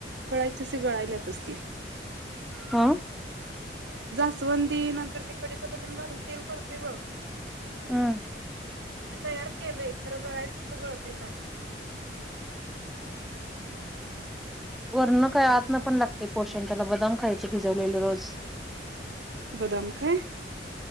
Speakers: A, on the right (about 75°); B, in the centre.
A: <unintelligible> तसे गळायल्यातच ती
B: हा
A: जास्- वंदी नंतर ते कडीपत्ता तेन घालून तेल करतोय बघ.
B: हं
A: ते तयार केलय खरं, गळायच तसं गळतयच आणि
B: वरण काय आतन पण लागतय पोषण तेला बदाम खायचे भिजवलेले रोज.
A: बदाम काय,